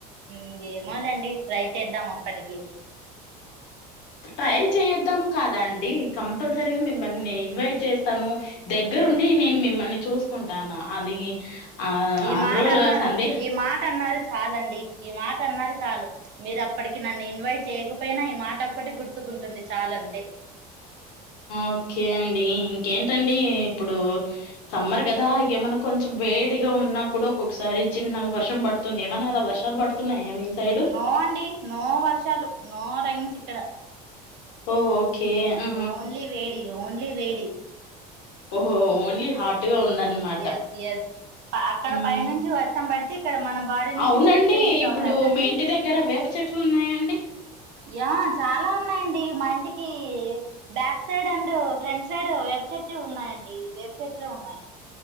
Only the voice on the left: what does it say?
ట్రై చేద్దాం కదండి కంపల్సరీగ మిమ్మల్ని నేను ఇన్వైట్ చేస్తాను. దగ్గ దగ్గరుండి నేన్ మిమ్మల్ని చూస్కుంటాను అది ఆ
అందులో
సందే
ఓకే అండి ఇంకేంటండి ఇప్పుడు సమ్మర్ గదా ఏమన్న కొంచ వేడిగా ఉన్నా కూడా ఒక్కోక్సారి చిన్నగ వర్షం బడ్తుంది ఏమన్నా అలా వర్షాలు బడ్తున్నాయా మీ సైడు
ఓ ఓకే ఆ
ఓ ఓన్లీ హాట్గ ఉందన్నమాట.
ఉమ్.
అవునండి
ఇప్పుడు
మీ ఇంటి దగ్గర వేప చెట్లు ఉన్నాయా అండి